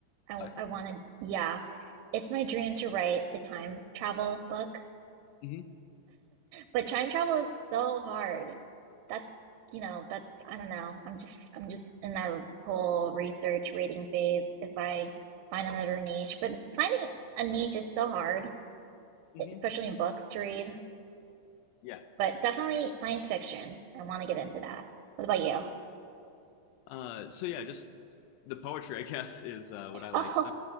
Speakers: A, on the right; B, on the left.
A: I
B: Sci-fi.
A: I wanted yeah, it's my dream to write a time travel book
B: hmm
A: But time travel is so hard. That's, you know, that's, I don't know. I'm just, I'm just in that whole research reading phase if I find another niche. But finding a niche is so hard,
B: hmm
A: especially in books to read.
B: Yeah.
A: But definitely science fiction. I want to get into that. What about you? <laughs>
B: Uh, so yeah, just the poetry, I guess, is uh, what I like.
A: Oh,
B: I